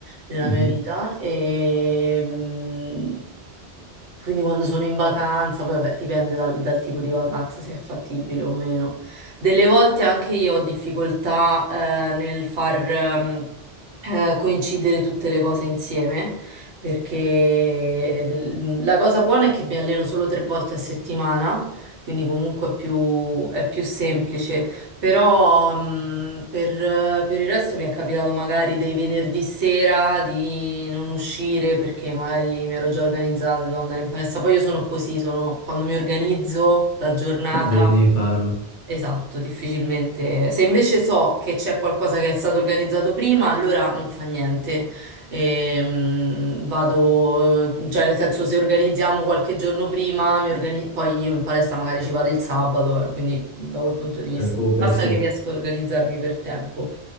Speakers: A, on the right; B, on the left.
A: nella
B: Mhm.
A: mia vita e mm, quindi quando sono in vacanza, poi vabbè dipende dal, dal tipo di vacanza se è fattibile o meno. Delle volte anche io ho difficoltà eh, nel far ehm, eh, coincidere tutte le cose insieme perché del- la cosa buona è che mi alleno solo tre volte a settimana, quindi comunque è più, è più semplice, però mh, per, per il resto mi è capitato magari dei venerdì sera di non uscire perché magari mi ero già organizzata, devo andare in palestra, poi io sono così, sono, quando mi organizzo la giornata...
B: <laughs> Devi, devi farlo.
A: Esatto, difficilmente. Se invece so che c'è qualcosa che è stato organizzato prima, allora non fa niente. Ehm, vado, eh, cioè nel senso se organizziamo qualche giorno prima, mi organi- poi io in palestra magari ci vado il sabato, eh, quindi da quel punto di vista
B: Recuperi,
A: basta
B: sì.
A: che riesco a organizzarmi per tempo.